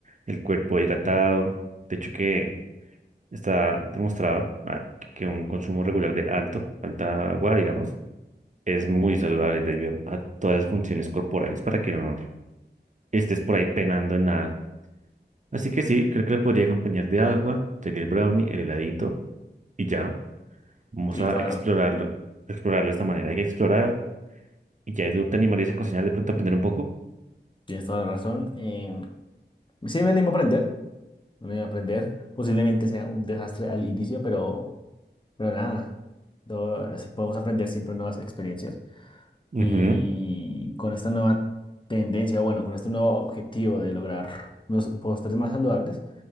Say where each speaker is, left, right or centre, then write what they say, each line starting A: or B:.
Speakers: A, on the right; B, on the left.
A: el cuerpo hidratado. De hecho, que está demostrado ah, que un consumo regular de alto, alta agua, digamos, es muy saludable, te ayuda a todas las funciones corporales para que no estés por ahí penando en nada. Así que sí, creo que le podría acompañar de agua, sería el brownie, el heladito y ya. Vamos
B: Sí,
A: a
B: toda
A: explorarlo,
B: la razón.
A: explorarlo de esta manera. Hay que explorar y ya tú te animarías a cocinar de pronto aprender un poco.
B: Tienes toda la razón. Em, sí, me animo a aprender. Me animo a aprender. Posiblemente sea un desastre al inicio, pero Pero nada, todo- podemos aprender siempre nuevas experiencias
A: Ujú.
B: y con esta nueva tendencia, bueno, con este nuevo objetivo de lograr unos postres más saludables,